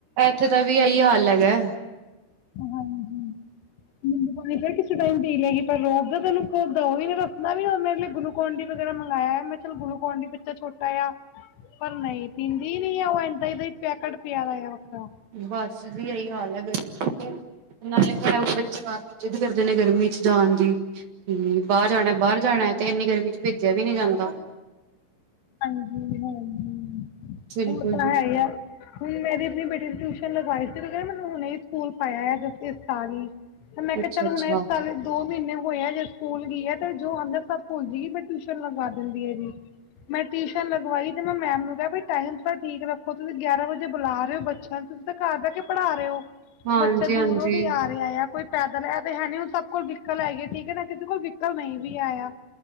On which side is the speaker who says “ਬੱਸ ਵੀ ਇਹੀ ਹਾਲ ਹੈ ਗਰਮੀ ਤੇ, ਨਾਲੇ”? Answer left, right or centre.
Right